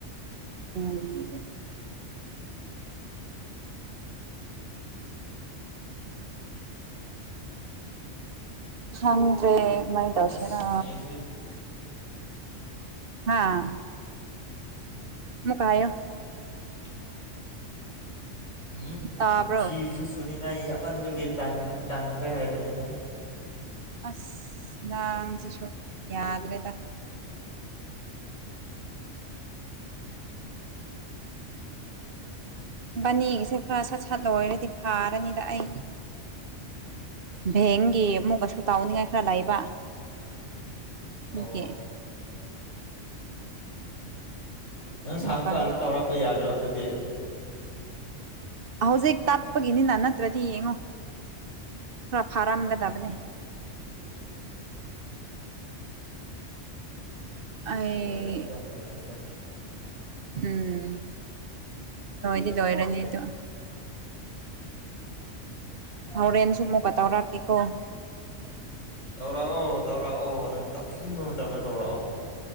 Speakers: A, on the right; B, on the left.
A: ꯎꯝ ꯈꯪꯗ꯭ꯔꯦ ꯀꯃꯥꯏꯟ ꯇꯧꯁꯤꯔ
B: ꯑꯁ ꯐꯤꯁꯨ
A: ꯍꯥꯥ ꯑꯃꯨꯛꯀ ꯍꯥꯏꯌꯨ
B: <inaudible> ꯎꯝ
A: ꯇꯥꯕ꯭ꯔꯣ
B: ꯐꯤꯁꯨ ꯁꯨꯅꯤꯡꯉꯥꯏ ꯌꯥꯝꯃꯟꯕꯒꯤ ꯇꯟ ꯇꯟꯈ꯭ꯔꯦ ꯍꯥꯏꯕꯅꯤꯗ
A: ꯑꯁ ꯅꯪꯁꯤꯁꯨ ꯌꯥꯗ꯭ꯔꯦꯗ ꯏꯕꯅꯤꯒꯤꯁꯦ ꯈꯔ ꯁꯠ ꯁꯠ ꯂꯣꯏꯔꯗꯤ ꯐꯥꯔꯅꯤꯗ ꯑꯩ ꯕꯦꯡꯒꯤ ꯑꯃꯨꯛꯀꯁꯨ ꯇꯥꯎꯅꯤꯡꯉꯥꯏ ꯈꯔ ꯂꯩꯕ
B: ꯑꯣ
A: ꯑꯗꯨꯒꯤ
B: ꯑꯣ ꯅꯪ
A: ꯑꯃꯨꯛꯀ
B: ꯁꯥꯡꯉꯀꯥꯟꯗ
A: ꯍꯦꯛ
B: ꯇꯧꯔꯛꯄ ꯌꯥꯗ꯭ꯔꯣ ꯑꯗꯨꯗꯤ
A: ꯍꯧꯖꯤꯛ ꯇꯞꯄꯒꯤꯅꯤꯅ ꯅꯠꯇ꯭ꯔꯗꯤ ꯌꯦꯡꯉꯣ ꯈꯔ ꯐꯥꯔꯝꯒꯗꯕꯅꯦ
B: ꯎꯝ ꯎꯝ
A: ꯑꯩ
B: ꯂꯣꯏꯔꯅꯤꯗ ꯂꯣꯏꯔꯅꯤꯗ
A: ꯎꯝ ꯂꯣꯏꯗꯤ ꯂꯣꯏꯔꯅꯤꯗꯣ ꯍꯣꯔꯦꯟꯁꯨ ꯑꯃꯨꯛꯀ ꯇꯧꯔꯛꯀꯦꯀꯣ
B: ꯇꯧꯔꯛꯑꯣ ꯇꯧꯔꯛꯑꯣ ꯅꯪ ꯇꯧꯅꯤꯡꯕ ꯃꯇꯝꯗ ꯇꯧꯔꯛꯑꯣ